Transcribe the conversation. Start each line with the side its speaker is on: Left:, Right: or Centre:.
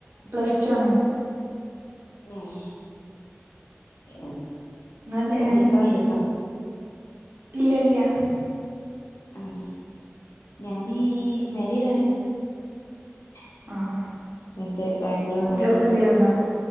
Right: പ്ലസ്ടു ആണ്.
Left: ഏഹ് എൻ
Right: ഇങ്ങളെന്താ ചെയ്യണേ
Left: നിക്കാ എനിക്ക്ണ്.
Right: ഇല്ല ഇല്ല.
Left: ആഹ ഞാനി മേരീഡാണ്. ഹെ
Right: ആഹ് ആഹ്
Left: എണ്ട് രണ്ട്ണ്ട്.
Right: ജോബ് എന്തേലും ഉണ്ടോ